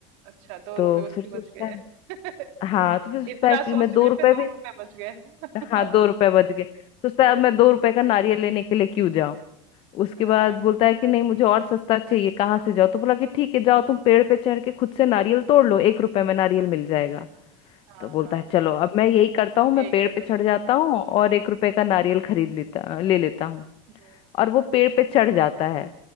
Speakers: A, on the right (about 55°); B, on the left (about 35°).
A: अच्छा दो
B: तो
A: रुपए उसके
B: फिर सोचता
A: बच गए
B: है
A: <laughs>
B: हाँ
A: इ-
B: तो फिर सोचता
A: इतना
B: है कि
A: सोचने
B: मैं दो रुपए
A: पे दो
B: भी
A: रुपए बच गए
B: <laughs>
A: <laughs>
B: हाँ
A: हाँ
B: दो रुपए बच गए सोचता
A: हम्म,
B: है अब मैं दो रुपए का नारियल लेने के लिए क्यों जाऊं उसके
A: हाँ
B: बाद बोलता है कि नहीं मुझे और सस्ता चाहिए कहाँ से जाओ तो बोला कि ठीक है जाओ तुम पेड़ पे चढ़ के खुद से नारियल तोड़ लो एक रुपए में नारियल मिल जाएगा
A: हाँ
B: तो बोलता
A: हाँ
B: है चलो अब मैं यही करता हूँ मैं
A: यही
B: पेड़
A: करोगे
B: पे चढ़ जाता हूँ और
A: हाँ
B: एक रुपए का नारियल खरीद लेता ले लेता हूँ
A: हम्म,
B: और वो पेड़ पे चढ़ जाता है